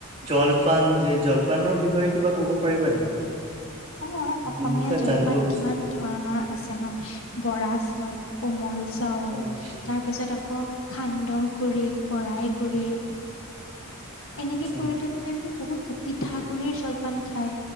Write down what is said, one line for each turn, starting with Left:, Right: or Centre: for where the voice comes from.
Right: জলপান যে জলপানৰ বিষয়ে কিবা কব পাৰিবা নেকি।
Left: অ
Right: উম,
Left: অসমীয়া
Right: তাত
Left: জলপান
Right: জানিব বিচাৰো
Left: কিমান ধৰণৰ আছে ন বৰা, চাউল, কোমল চাউল
Right: অ',
Left: তাৰ পিছত আকৌ সান্দহ গুৰি কৰাই গুৰি এনেকে
Right: আচ্ছা
Left: কৰি লৈ পিনে মানে বহুত পিঠা গুৰিৰ জলপান খায়।